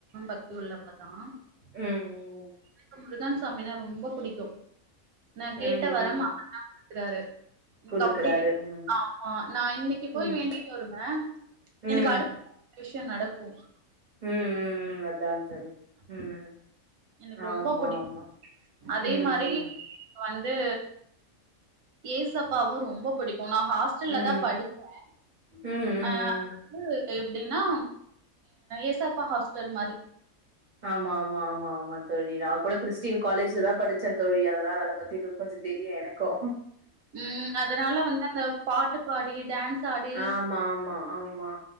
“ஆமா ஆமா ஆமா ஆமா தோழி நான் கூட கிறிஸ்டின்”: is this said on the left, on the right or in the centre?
Right